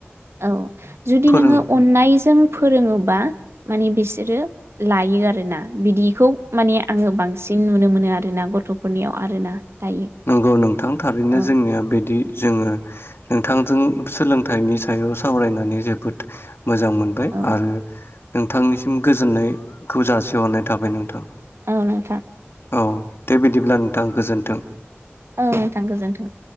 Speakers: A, on the right; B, on the left.
A: औ जुदि
B: फोरों
A: नोङो अन्नायजों फोरोङो बा माने बिसोरो लायो आरोना बिदिखौ माने आङो बांसिन नुनो मोनो आरोना गथ'फोरनियाव आरोना दायो
B: नंगौ नोंथां थारैनो
A: औ
B: जोंनिया बिदि जोङो नोंथांजों सोलोंथाइनि सायाव सावरायनानै जोबोद मोजां मोनबाय
A: औ
B: आरो नोंथांनिसिम गोजोननायखौ जासिहरनाय थाबाय नोंथां
A: औ नोंथां
B: औ देबायदिब्ला नोंथां गोजोन्थों
A: ओ नोंथां गोजोनथों